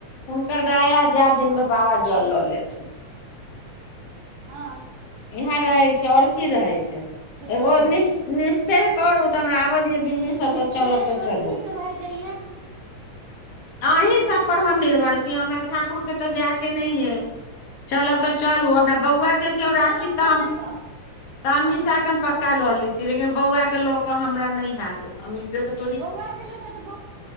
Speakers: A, on the left (about 60°); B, on the right (about 65°).
A: हुनकर दया जाए दिनमे बाबा जल लऽ लेथुन
B: हँ
A: इएह रहै छै अओर की रहै छै
B: किछो
A: एगो
B: नहि
A: नि
B: रहत
A: निश्च करू त हमरा आबऽ दिय दिल्लीसँ
B: निश्चय
A: तऽ चलब तऽ
B: करती
A: चलू
B: तऽ भाय जहिया
A: अहीँ सभपर हम निर्भर छी हमरा ठाकुरके तऽ जायके नहि अइ चलब तऽ चलू हमरा बौआकेँ केओ राखी
B: ताला
A: त
B: खोल
A: हम
B: दै ग
A: तऽ अमीषा के हम पक्का लऽ लेती लेकिन बौआ के लऽ केऽ हमरा नहि हयत अमीषे '
B: बौआ केल तऽ ब